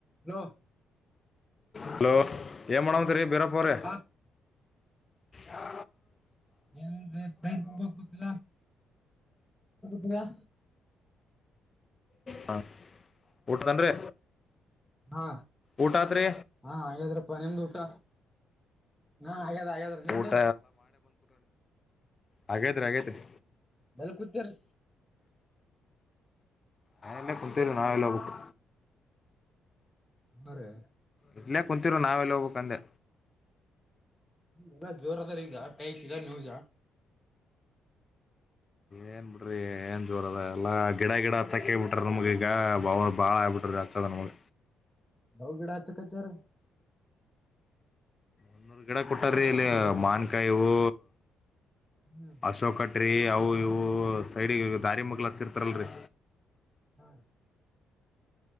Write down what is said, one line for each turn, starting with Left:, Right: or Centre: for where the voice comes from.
Centre: ನ.
Left: ಹಲೋ ಏ ಮಾಡಣಂತ ರೀ ಬೀರಪ್ಪರೆ.
Centre: ಬಾಸ್
Left: ಹ.
Centre: ಏನ ಬೇಡ್ ಮುಗೋಗ ಗೊತ್ತಿಲ್ಲಾ ತಿಯಾ
Left: ಹಾ ಊಟದನ್ರಿ
Centre: ಹಾ
Left: ಊಟ ಆತ್ರಿ
Centre: ಹಾ ಹಾಗಾದ್ರಪ್ಪ ನಿಮ್ದು ಊಟ ನಾ ಹಾಗಾದ ಹಾಗಾದ್ರ ನಿಮ್ದು
Left: ಊಟ ಹಾಗೇತ್ರಿ ಹಾಗಗೇತ್ರಿ
Centre: ಭಲ ಕುತ್ತೇರಿ
Left: ಹಾ ಎಲ್ಲ ಕು ತ್ತಿಲ್ಲ ನಾವಲ್ಲೋ ಬೇಕು
Centre: ಹ ರೀ
Left: ಇಲ್ಲೇ ಕುಂತಿರು ನಾವ್ ಎಲ್ಲ ಹೋಬೇ ಕಂದೆ
Centre: ಎಲ್ಲ ಜೋರದಾರ ಈಗ ಕೈ ಸಿಗ ನೀವುಜ
Left: ಏನ್ ಬಿಡ್ರಿ ಏನ್ ಜೋರ ಅದ ಎಲ್ಲಾ ಗಿಡ ಗಿಡ ಹಚ್ಚಕ್ಕೆ ಹೇಳ್ ಬಿಟ್ರ ನಮ್ಗ್ ಈಗ ಬ ಬಾಳ ಆಗಬಿಟ್ರಿ ಹಚ್ಚದ ನಮ್ಗ
Centre: ಅವ್ರ್ ಗಿಡ ಹಚ್ಚಕಚ್ಚಾರ
Left: ಇನ್ನೂರು ಗಿಡ ಕೊಟ್ಟಾರೀ ಇಲ್ಲಿ ಮಾವಿನಕವು
Centre: ಹ್ಮ್
Left: ಅಶೋಕಟ ರೀ ಅವು ಇವ್ ಊ ಅ ಸೈಡಿಗೆ ದಾರಿ ಮಗ್ಲ ಹಚ್ಚಿರ್ತಾರಲ್ರಿ
Centre: ಹ್ಮ್